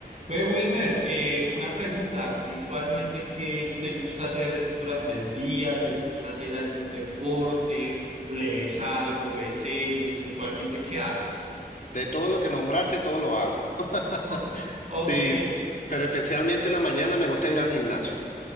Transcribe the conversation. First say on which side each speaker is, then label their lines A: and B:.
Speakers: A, on the right; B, on the left.
A: Ve, Wilmer, eh, una pregunta, ¿a ti usualmente qué te gusta hacer durante el día? ¿Te gusta hacer algún deporte? ¿Lees algo? ¿Ves series? ¿Usualmente qué haces?
B: De todo lo que nombraste, todo lo hago. <laughs>
A: <laughs> Ok,
B: Sí, pero especialmente en la mañana me gusta ir al gimnasio.